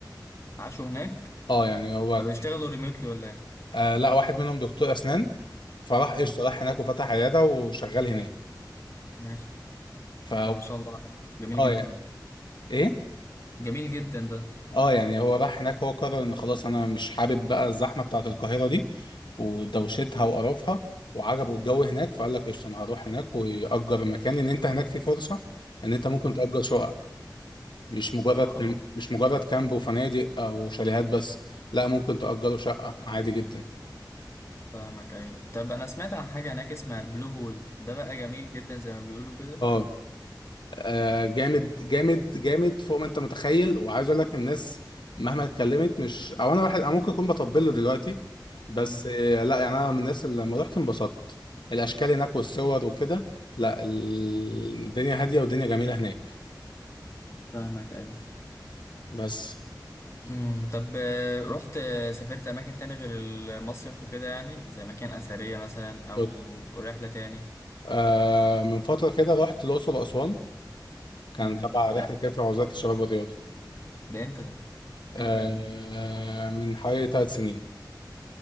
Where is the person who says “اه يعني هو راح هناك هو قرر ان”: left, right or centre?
Left